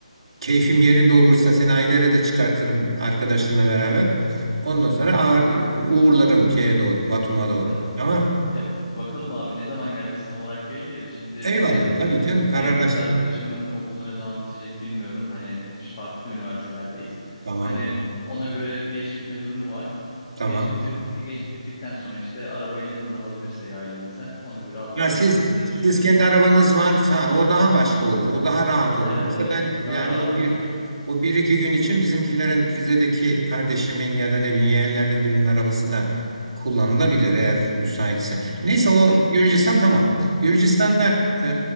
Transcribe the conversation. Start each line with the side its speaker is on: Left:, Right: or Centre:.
Right: keyfim yerinde olursa seni Ayder'e de çıkartırım arkadaşınla beraber. Ondan sonra ağır, uğurlarım şeye doğru, Batum'a doğru.
Left: Evet.
Right: Tamam.
Left: Ya bakalım abi ne zaman geleceğiz tam olarak belli değil. Şimdi
Right: Eyvallah.
Left: e,
Right: Tabii canım kararlaştır.
Left: benim kız arkadaşımın okulu ne zaman bitecek bilmiyorum. Hani farklı üniversitelerdeyiz.
Right: Tamamdır.
Left: Hani ona göre geç bitme durumu var.
Right: Tamam.
Left: Geç bitir geç bittikten sonra işte arabayı ne zaman alabilirsek ailemizden ona göre atlar
Right: Ya siz
Left: geliriz diye
Right: siz
Left: düşünüyorum.
Right: kendi arabanız varsa o daha başka olur. O daha rahat
Left: Evet
Right: olur. Yoksa
Left: evet
Right: ben yani
Left: daha rahat
Right: o bir
Left: olur.
Right: o bir iki gün için bizimkilerin Rize'deki kardeşimin ya da ne bileyim yeğenlerden birinin arabası da kullanılabilir eğer müsaitse. Neyse o
Left: Ya,
Right: Gürcistan tamam. Gürcistan'da
Left: <laughs>
Right: e,